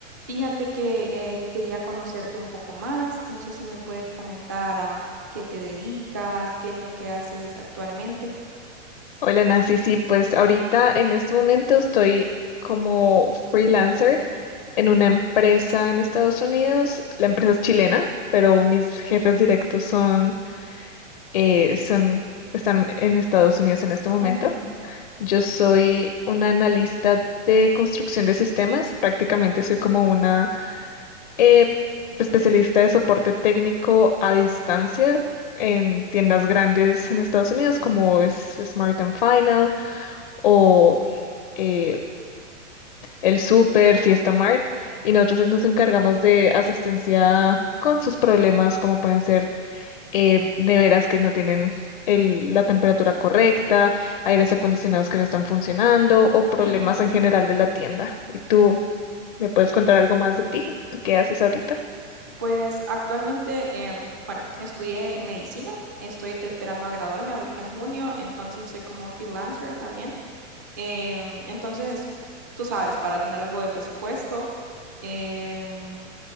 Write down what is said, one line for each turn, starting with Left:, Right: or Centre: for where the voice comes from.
Right: Fíjate que eh, quería conocerte un poco más. No sé si me puedes comentar a qué te dedicas, qué es lo que haces actualmente.
Left: Hola Nancy, sí, pues ahorita en este momento estoy como freelancer en una empresa en Estados Unidos. La empresa es chilena, pero mis jefes directos son, eh, son, están en Estados Unidos en este momento.
Right: Ujú,
Left: Yo soy una analista de construcción de sistemas, prácticamente soy como una eh, especialista de soporte técnico a distancia en tiendas grandes en Estados Unidos como es Smart and Final o eh, el Super, Fiesta Mart, y nosotros nos encargamos de asistencia con sus problemas, como pueden ser eh, neveras que no tienen el- la temperatura correcta, aires acondicionados que no están funcionando o problemas
Right: ujú.
Left: en general de la tienda. ¿Y tú me puedes contar algo más de ti? ¿Tú qué haces ahorita?
Right: Pues actualmente, em, bueno, estudié medicina, estoy tra- esperando a graduarme ahorita en junio, entonces soy como freelancer también. Em, entonces, tú sabes, para tener algo de presupuesto, em,